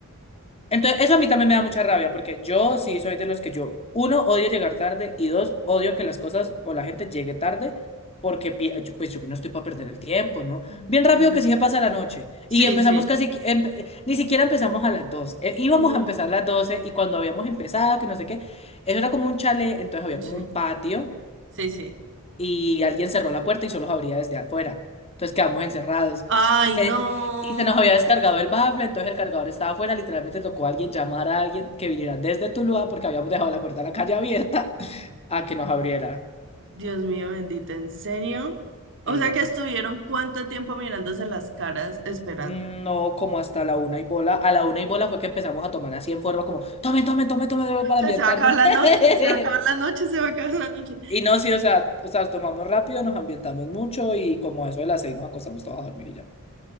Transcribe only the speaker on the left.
entonces, eso a mí también me da mucha rabia, porque yo sí soy de los que yo, uno, odio llegar tarde y dos, odio que las cosas o la gente llegue tarde porque pi- yo- pues yo no estoy para perder el tiempo, ¿no?
Bien rápido que sí se pasa la noche
y empezamos
casi, que- empe- ni siquiera empezamos a las dos íbamos
a empezar a las 12 y cuando habíamos empezado, que no sé qué, eso era como un chalet, entonces había como
un patio
y alguien cerró la puerta y solo se abría desde afuera. Entonces quedamos encerrados.
Y, eh,
y se nos había descargado el bafle, entonces el cargador estaba afuera. Literalmente tocó a alguien llamar a alguien que viniera desde Tuluá porque habíamos dejado la puerta de la calle abierta <laughs> a que nos abriera.
Sí.
No, como hasta la una y bola. A la una y bola fue que empezamos a tomar así en forma como, tomen, tomen, tomen, tomen tomen", para
ambientarnos.
<laughs>
Y no, sí, o sea, o sea, tomamos rápido, nos ambientamos mucho y como a eso de las seis nos acostamos todos a dormir y ya.